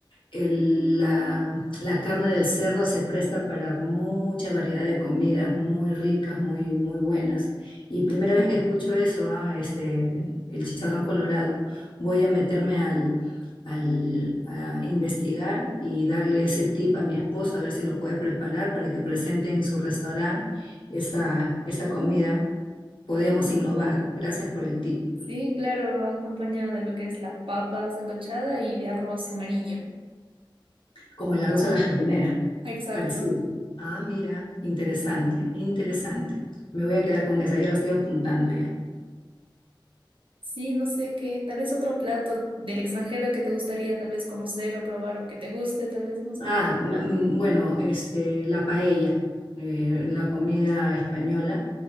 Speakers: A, on the left (about 70°); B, on the right (about 80°).
A: el- la, la carne del cerdo se presta para mucha variedad de comidas muy ricas, muy, muy buenas. Y primera vez que escucho eso, ah, este, el chicharrón colorado, voy a meterme al, al- a investigar y darle ese tip a mi esposo, a ver si lo puede preparar para que presente en su restaurante esa, esa comida. Podíamos innovar. Gracias por el tip.
B: Sí, claro, va acompañado de lo que es la papa sancochada y de arroz amarillo.
A: como el arroz a la jardinera,
B: Exacto.
A: parecido. Ah, mira, interesante, interesante. Me voy a quedar con esa, ya la estoy apuntando ya.
B: Sí, no sé qué, tal vez otro plato del extranjero que te gustaría tal vez conocer o probar o que te guste, tal vez, no sé.
A: Ah, ma- mm, bueno, este, la paella, eh, la comida española,